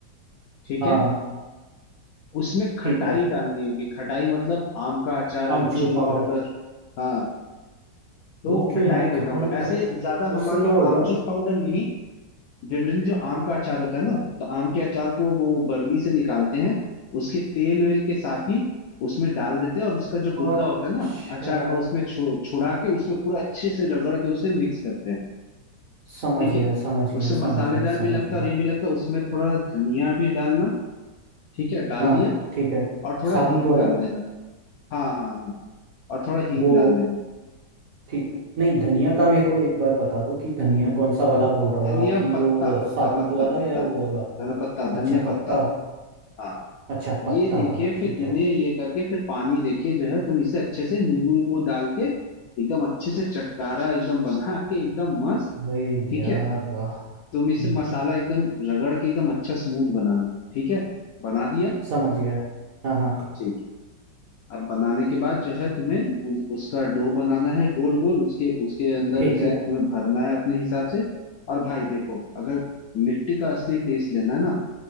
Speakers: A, on the left; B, on the right.
A: ठीक
B: हाँ
A: है
B: हाँ,
A: उसमें खटाई
B: ठीक है
A: डालनी होगी खटाई मतलब आम का अचार
B: आमचूर
A: अमचूर
B: पाउडर
A: पाउडर हाँ तो
B: वो क्यों
A: खटाई
B: यार
A: देना
B: खटाई
A: होगा ऐसे
B: खट
A: ज्यादा हमारे
B: उससे क्या
A: वहाँ
B: होगा
A: आमचूर पाउडर नहीं जनरली जो आम का अचार होता है ना तो आम के अचार को वो बरनी से निकालते हैं उसके तेल वेल के साथ ही उसमें डाल देते हैं और उसका जो गुद्दा
B: अच्छा
A: होता है ना अचार का उसमें छो, छुड़ा के उसमें पूरा अच्छे से रगड़ के उसे मिक्स करते हैं
B: समझ
A: ठीक
B: गया
A: है
B: समझ गया
A: उससे मसालेदार
B: समझ गया
A: भी
B: समझ
A: लगता
B: गया
A: है और ये भी लगता है उसमें थोड़ा धनिया भी डालना ठीक है डाल
B: हाँ
A: दिया
B: ठीक है
A: और थोड़ा
B: साबुत
A: हींग
B: वाला
A: डाल देना हाँ हाँ हाँ और थोड़ा हींग
B: वो
A: डाल देना
B: ठीक नहीं धनिया का मेरे को एक बार बता दो कि धनिया कौन सा वाला बोल रहे हो
A: धनिया
B: आप कि वो
A: पत्ता पत्ता
B: साबुत
A: पत्ता
B: वाला
A: पत्ता
B: या वो वाला
A: धनिया पत्ता धनिया
B: अच्छा पत्ता
A: पत्ता हाँ
B: अच्छा पत्ता
A: ये देके
B: वाला ठीक
A: फिर इन्हें
B: है
A: ये करके फिर पानी देके जो है तुम इसे अच्छे से नींबू वींबू डाल के एकदम अच्छे से चटकारा एकदम बना के एकदम मस्त
B: अरे
A: ठीक
B: यार
A: है
B: वाह
A: तुम
B: हम्म,
A: इसे मसाला एकदम रगड़ के एकदम अच्छा स्मूथ बनाना ठीक है बना दिया
B: समझ गया हाँ हाँ
A: ठीक है अब बनाने के बाद जो है तुम्हें उ- उसका डो बनाना है गोल गोल उसके उसके अंदर
B: ठीक
A: उसे
B: है
A: तुम्हें भरना है अपने हिसाब से और भाई देखो अगर लिट्टी का असली टेस्ट लेना है ना